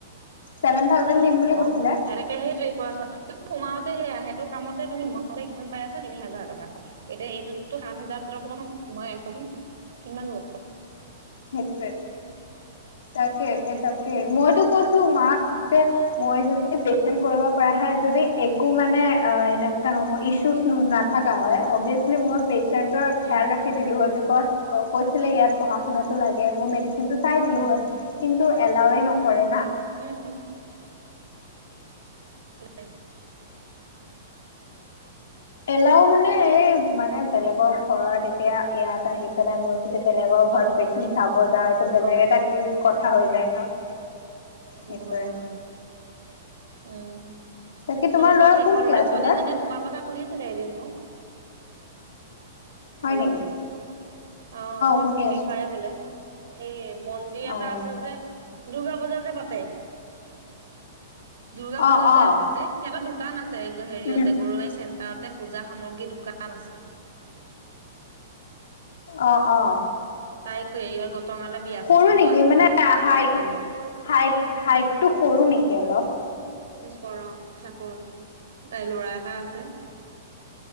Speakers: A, on the left (about 80°); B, on the right (about 85°).
A: ছেভেন থাউজেণ্ড
B: এ
A: দিম বুলি
B: কম
A: কৈছিলে
B: সেনেকে সেই তে কোৱাছ সোমাওতে সেয়া সেইটো কামতে তুমিমাওঁতে কিমান পাই আছা তিনি হাজাৰ টকা এতিয়া এইটোতো সাত হাজাৰ ট সোমাই আছোন কিমান ল
A: সেইটোৱে তাকে তাকে
B: উম
A: মইতো কৈছো মাক মই যদি পেচণ্ট কৰিব পৰা হে যদি একো মানে অ এনেকুৱা নহয় ইছু নাথাককা
B: উম
A: হয় অভিয়াচলি মই পেচেণ্টৰ
B: উম
A: খেয়াল ৰাখি দিলো হয়। কৈছিলে ইয়াত পঢা শুন ল ম ম যন্তটো চাই দিলো হয় কিন্তু এলাওে নকৰে না।
B: উম। হয়
A: এলাও মানে এই মানে বেলেগৰ ঘৰত এতিয়া ইয়াত আহি পেলাই মোৰ যদি বেলেগৰ
B: অ
A: ঘৰত পেচেণ্
B: অ
A: চাব যাওঁ সটো বেলেগ
B: অ
A: এটাউ কথা হৈ যায় ন।
B: বহত
A: সেইটোয়ে
B: হয় বাৰু উম
A: বাকী
B: তোমালোকৰ
A: তোমাৰ ল'ৰা
B: সেইফালৰে
A: কোন ক্লাছ
B: ছোৱালীজনীয়ে
A: এইবাৰ
B: তোমাৰ কথা সুধিছিলে এদিন মুখ
A: হয়
B: হেল্ল'
A: নেকি
B: অ তোমাক
A: শুনি
B: চিনি
A: আছো
B: পায় বোলে? এই মন্দিৰ
A: অ',
B: এটা আছে যে দুূৰ্গা পূজা যে পাতে দুৰ্গা
A: অ',
B: পূজা
A: অ',
B: যে পাতে সিহঁতৰ দোকান আছে হেৰিয়তে
A: উম,
B: গৰুৱাই চেণ্টাৰত ততে পূজা সামগ্ৰী দোকান আছে
A: অ অ
B: তাইক হেৰি গটঙালে বিয়া আছে
A: সৰু
B: চিনি
A: নেকি
B: পোৱা? আছো
A: মানে হাইট
B: ছালজনী
A: হাইট হাইটটো সৰু নেকি অলপ
B: পৰ চাপল তাইৰ লৰা এটা আছে